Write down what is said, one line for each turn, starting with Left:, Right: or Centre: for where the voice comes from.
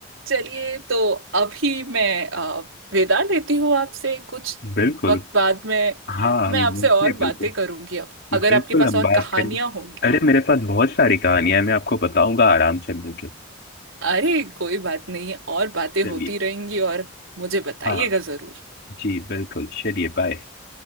Right: चलिए तो अभी मैं अ, विदा लेती हूँ आपसे कुछ
Left: बिल्कुल
Right: वक्त बाद में
Left: हाँ
Right: मैं
Left: हम मिलते
Right: आपसे और
Left: हैं बिल्कुल
Right: बातें करूंगी अब अगर
Left: बिल्कुल
Right: आपके पास
Left: हम
Right: और
Left: बात
Right: कहानियां
Left: करें
Right: होंगी
Left: अरे मेरे पास बहुत सारी कहानियां हैं मैं आपको बताऊंगा आराम से मिलकर
Right: अरे कोई बात नहीं और बातें
Left: चलिए
Right: होती रहेंगी और मुझे बताइएगा
Left: हाँ
Right: जरूर
Left: जी बिल्कुल चलिए बाय